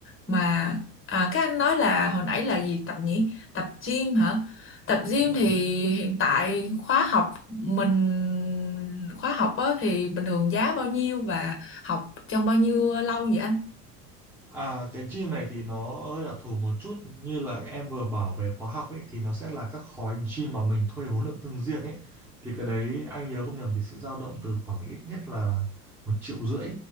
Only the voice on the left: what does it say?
mà à, các anh nói là hồi nãy là gì tập nhỉ tập gym hả tập gym
thì hiện tại khóa học mình khóa học á, thì bình thường giá bao nhiêu và học trong bao nhiêu lâu vậy anh